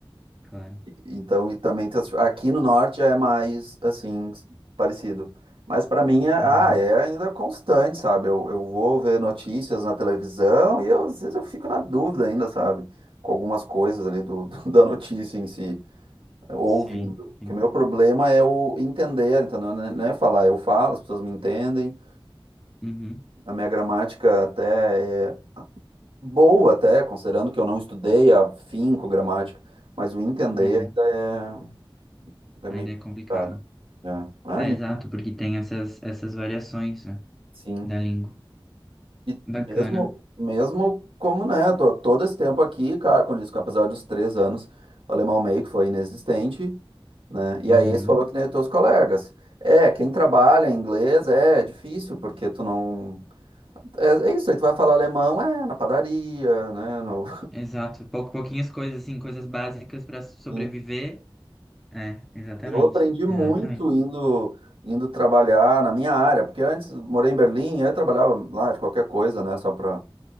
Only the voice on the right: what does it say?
então e também tá- aqui no norte já é mais assim, s- parecido. Mas para mim é,
ah, é ainda constante, sabe? Eu, eu vou ver notícias na televisão e eu, às vezes eu fico na dúvida ainda, sabe? Com algumas coisas ali do- <laughs> da notícia em si ouvindo.
Porque
o meu problema é o entender, entendeu? Não é não é falar, eu falo, as pessoas me entendem.
A minha gramática até é boa, até, considerando que eu não estudei afinco gramática, mas o entender
ainda é, ainda é meio
complicado.
É. Ah,
sim.
E
mesmo, mesmo como, né, tô todo esse tempo aqui, cara, com isso, que apesar dos três anos, o alemão meio que foi inexistente, né? E
aí eles falou que nem os teus colegas. É, quem trabalha em inglês é difícil, porque tu não. É, é isso, aí tu vai falar alemão, é, na padaria, né? no-
<laughs> Sim.
Eu aprendi muito
indo, indo trabalhar na minha área, porque antes morei em Berlim, eu trabalhava lá de qualquer coisa, né? Só para